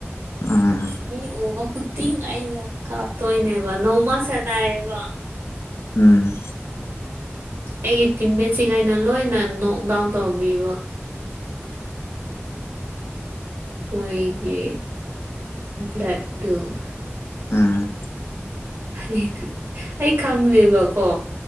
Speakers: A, on the left (about 70°); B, on the right (about 70°).
A: ꯎꯝ
B: ꯃꯤ ꯎꯕ ꯈꯨꯗꯤꯡ ꯑꯩꯅ ꯀꯥꯞꯇꯣꯏꯅꯦ ꯕ ꯅꯣꯡꯃ ꯁꯥꯅꯑꯦꯕ
A: ꯎꯝ
B: ꯑꯩꯒꯤ ꯇꯤꯝꯃꯦꯠ ꯁꯤꯡ ꯑꯩꯅ ꯂꯣꯏꯅ ꯅꯣꯛꯗꯥꯎꯟ ꯇꯧꯕꯤꯕ ꯃꯣꯏꯒꯤ ꯕ꯭ꯂꯦꯗ ꯗꯨ ꯍ
A: ꯎꯝ
B: ꯍꯩ ꯇ ꯑꯩ ꯈꯪꯗꯦꯕꯀꯣ